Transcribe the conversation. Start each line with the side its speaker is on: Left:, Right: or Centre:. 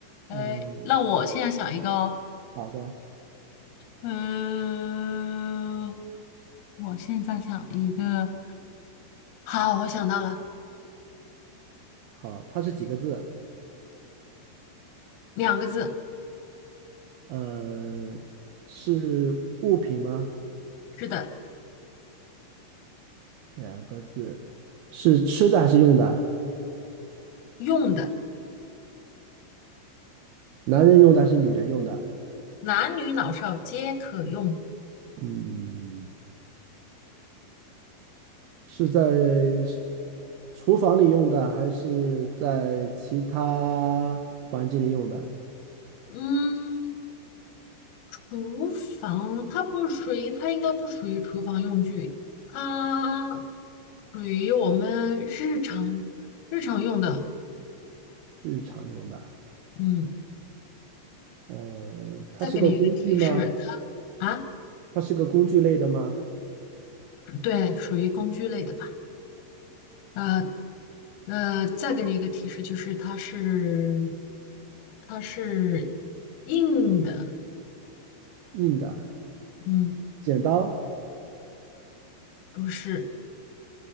Left: 哎，
Right: 嗯，
Left: 那我现在想一个哦，
Right: 好的，
Left: 嗯、我现在想一个，好，我想到了，
Right: 好，它是几个字？
Left: 两个字，
Right: 呃，是物品吗？
Left: 是的，
Right: 两个字，是吃的还是用的？
Left: 用的。
Right: 男人用的还是女人用的？
Left: 男女老少皆可用。
Right: 嗯，是在厨房里用的，还是在其他环境里用的？
Left: 嗯，厨房它不属于，它应该不属于厨房用具，它属于我们日常日常用的。
Right: 日常用的。
Left: 嗯，
Right: 呃，它是个工具吗？
Left: 再给你一个提示，它啊，
Right: 它是个工具类的吗？
Left: 对，属于工具类的吧？呃呃，再给你一个提示，就是它是它是硬的，
Right: 硬的，
Left: 嗯，
Right: 剪刀。
Left: 不是